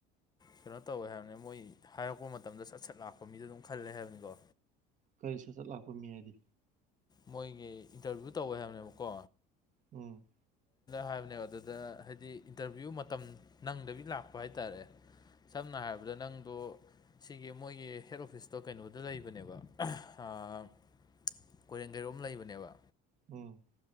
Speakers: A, on the left (about 20°); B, on the right (about 40°).
A: ꯀꯩꯅꯣ ꯇꯧꯋꯦ ꯍꯥꯏꯕꯅꯤ ꯃꯣꯏ ꯍꯥꯏꯔꯛꯄ ꯃꯇꯝꯗ ꯁꯠ ꯁꯠ ꯂꯥꯛꯄ ꯃꯤꯗꯣ ꯑꯗꯨꯝ ꯈꯜꯂꯦ ꯍꯥꯏꯕꯅꯤꯀꯣ
B: ꯀꯔꯤ ꯁꯠ ꯁꯠ ꯂꯥꯛꯄ ꯃꯤ ꯍꯥꯏꯗꯤ
A: ꯃꯣꯏꯒꯤ ꯏꯟꯇꯔꯚꯤꯌꯨ ꯇꯧꯋꯦ ꯍꯥꯏꯕꯅꯦꯕꯀꯣ
B: ꯎꯝ
A: ꯍꯥꯏꯕꯅꯦꯕ ꯑꯗꯨꯗ ꯍꯥꯏꯗꯤ ꯏꯟꯇꯔꯚꯤꯌꯨ ꯃꯇꯝ ꯅꯪꯗꯕꯤ ꯂꯥꯛꯄ ꯍꯥꯏꯇꯥꯔꯦ ꯁꯝꯅ ꯍꯥꯏꯔꯕꯗ ꯅꯪꯗꯨ ꯁꯤꯒꯤ ꯃꯣꯏꯒꯤ ꯍꯦꯠ ꯑꯣꯐꯤꯁꯇꯣ ꯀꯩꯅꯣꯗ ꯂꯩꯕꯅꯦꯕ ꯑꯥ ꯀꯣꯏꯔꯦꯡꯒꯩꯔꯣꯝ ꯂꯩꯕꯅꯦꯕ
B: ꯎꯝ